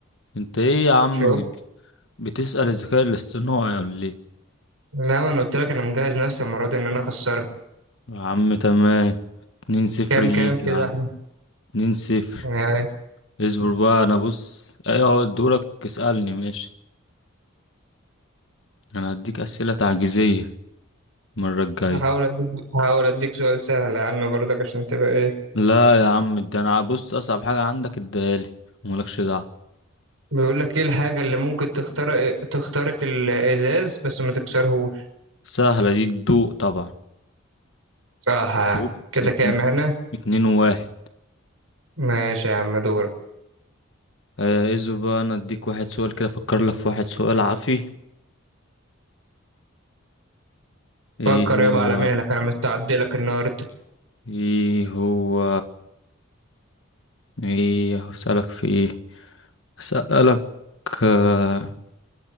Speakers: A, on the left; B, on the right.
A: انت ايه يا عم
B: شوف
A: بت- بتسأل الذكاء الاصطناعي ولا ايه
B: لا ما انا قلت لك انا مجهز نفسي المرة دي ان انا اخسرها
A: يا عم تمام اتنين صفر
B: كام
A: ليك
B: كام
A: يا
B: كده
A: عم
B: احنا
A: اتنين صفر
B: يعني
A: اصبر بقى انا بص ايه اهو دورك اسألني ماشي انا هديك اسئلة تعجيزية المرة الجاية
B: هحاول اديك هحاول اديك سؤال سهل يا عم برضك عشان تبقى ايه
A: لا يا عم ده انا بص اصعب حاجة عندك اديهالي وملكش دعوة
B: بيقول لك ايه الحاجة اللي ممكن تخترق تخترق الازاز بس ما تكسرهوش
A: سهلة دي تدوق طبعا
B: صح
A: شفت
B: كده
A: اتن...
B: كام هنا
A: اتنين وواحد
B: ماشي يا عم دورك
A: آه ازور بقى انا اديك واحد سؤال كده افكر لك في واحد سؤال عافي ايه
B: فكر يابا
A: هو
B: على مهلك انا مستعد لك النهارده
A: ايه هو ايه هسألك في ايه اسألك آه